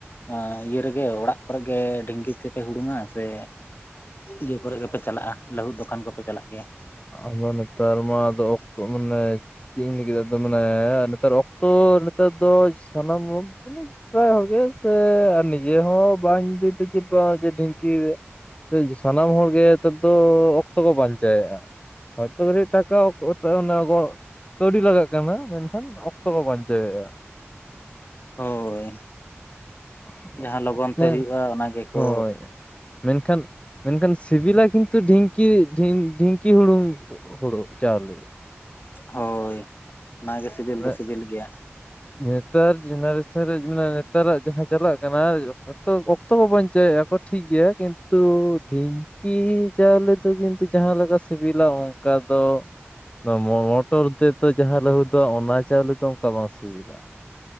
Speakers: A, on the left (about 50°); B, on the left (about 25°).
A: ᱚ ᱤᱭᱟᱹ ᱨᱮᱜᱮ ᱚᱲᱟᱜ ᱠᱚᱨᱮ ᱜᱮ ᱰᱷᱤᱝᱠᱤ ᱛᱮᱯᱮ ᱦᱩᱲᱩᱝ-ᱟ ᱥᱮ? ᱤᱭᱟᱹ ᱠᱚᱨᱮ ᱜᱮᱯᱮ ᱪᱟᱞᱟᱜᱼᱟ, ᱞᱟᱹᱦᱩᱫ ᱫᱚᱠᱟᱱ ᱠᱚᱯᱮ ᱪᱟᱞᱟᱜ ᱜᱮᱭᱟ।
B: ᱟᱫᱚ ᱱᱮᱛᱟᱨ ᱢᱟ ᱟᱫᱚ ᱚᱠᱛᱚ ᱢᱟᱱᱮ ᱪᱮᱫ ᱤᱧ ᱞᱟᱹᱭ ᱠᱮᱫᱟ ᱟᱫᱚ ᱢᱟᱱᱮ ᱱᱮᱛᱟᱨ ᱚᱠᱛᱚ ᱱᱮᱛᱟᱨ ᱫᱚ ᱥᱟᱱᱟᱢ ᱦᱚᱲ ᱠᱚ ᱯᱨᱟᱭ ᱦᱚᱲ ᱜᱮ ᱥᱮ ᱱᱤᱡᱮ ᱦᱚᱸ ᱵᱟᱧ ᱞᱟ. ᱭ ᱡᱮ ᱵᱟ ᱡᱮ ᱰᱷᱤᱝᱠᱤ ᱨᱮ ᱥᱟᱱᱟᱢ ᱦᱚᱲᱜᱮ ᱱᱤᱛᱚᱜ ᱫᱚ ᱚᱠᱛᱚ ᱠᱚ ᱵᱟᱧᱪᱟᱣᱭᱮᱫᱼᱟ ᱦᱚᱭᱛᱳ ᱠᱟᱴᱤᱡ ᱴᱟᱠᱟ ᱚᱱᱟ ᱠᱚ ᱠᱟᱹᱣᱰᱤ ᱞᱟᱜᱟᱜ ᱠᱟᱱᱟ ᱢᱮᱱᱠᱷᱟᱱ ᱚᱠᱛᱚ ᱠᱚ ᱵᱟᱧᱪᱟᱣᱮᱫᱼᱟ।
A: ᱦᱳᱭ
B: ᱵᱟᱧᱪᱟᱣᱮᱫᱼᱟ
A: ᱡᱟᱦᱟᱸ ᱞᱚᱜᱚᱱ ᱛᱮ ᱦᱩᱭᱩᱜᱼᱟ ᱚᱱᱟ ᱜᱮᱠᱚ
B: ᱦᱳᱭ ᱢᱮᱱᱠᱷᱟᱱ ᱢᱮᱱᱠᱷᱟᱱ ᱥᱤᱵᱤᱞᱟ ᱠᱤᱱᱛᱩ ᱰᱷᱤᱝᱠᱤ ᱰᱷᱤᱝᱠᱤ ᱦᱩᱲᱩᱝ ᱦᱩᱲᱩ ᱪᱟᱣᱞᱤ
A: ᱦᱳᱭ ᱚᱱᱟᱜᱮ ᱥᱤᱵᱤᱞ
B: ᱢᱟᱱᱮ
A: ᱫᱚ ᱥᱤᱵᱤᱞ ᱜᱮᱭᱟ ᱾
B: ᱱᱮᱛᱟᱨ ᱡᱮᱱᱟᱨᱮᱥᱮᱱ ᱨᱮ ᱢᱟᱱᱮ ᱱᱮᱛᱟᱨᱟᱜ ᱡᱟᱦᱟᱸ ᱪᱟᱞᱟᱜ ᱠᱟᱱᱟ ᱡᱚᱛᱚ ᱚᱠᱛᱚ ᱠᱚ ᱵᱟᱵᱚᱱ ᱪᱟᱹᱭᱮᱫᱼᱟ ᱠᱚ ᱴᱷᱤᱠ ᱜᱮᱭᱟ ᱠᱤᱱᱛᱩ ᱰᱷᱤᱝ ᱠᱤ ᱪᱟᱣᱞᱮ ᱫᱚ ᱠᱤᱱᱛᱩ ᱡᱟᱦᱟᱸ ᱞᱮᱠᱟ ᱥᱤᱵᱤᱞᱟ ᱚᱱᱠᱟ ᱫᱚ ᱱᱚᱣᱟ ᱢᱚ ᱢᱚᱴᱚᱨ ᱛᱮᱫᱚ ᱡᱟᱦᱟᱸ ᱞᱟᱹᱦᱩᱫᱚᱜᱼᱟ ᱚᱱᱟ ᱪᱟᱣᱞᱮ ᱫᱚ ᱚᱱᱠᱟ ᱵᱟᱝ ᱥᱤᱵᱤᱞᱼᱟ ᱾